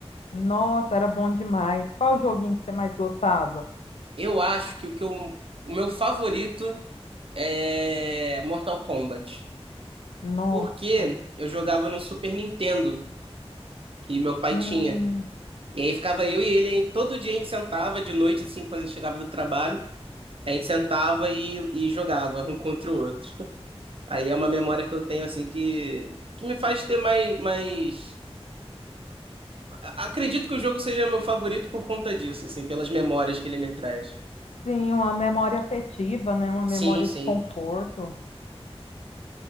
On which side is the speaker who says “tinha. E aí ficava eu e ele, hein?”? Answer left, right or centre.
Right